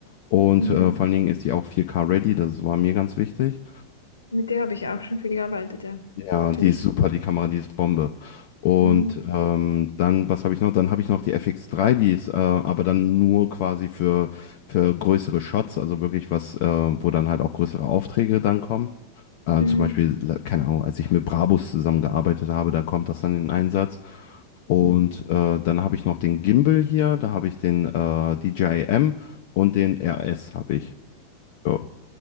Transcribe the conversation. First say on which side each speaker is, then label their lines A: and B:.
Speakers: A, on the left; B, on the left.
A: Und
B: mhm.
A: äh, vor allen Dingen ist die auch 4K ready, das war mir ganz wichtig.
B: Mit der habe ich auch schon viel gearbeitet, ja.
A: Ja,
B: Finde
A: die ist
B: ich.
A: super, die Kamera, die ist Bombe. Und
B: Mhm,
A: ähm, dann, was habe ich noch? Dann habe ich noch die FX3, die ist äh, aber dann nur quasi für, für größere Shots, also wirklich was, äh, wo dann halt auch größere Aufträge dann kommen. Äh,
B: mhm.
A: zum Beispiel, la- keine Ahnung, als ich mit Brabus zusammengearbeitet habe, dann kommt das dann in Einsatz. Und
B: mhm.
A: äh, dann habe ich noch den Gimbal hier, da habe ich den äh, DJI M und den RS habe ich. Ja.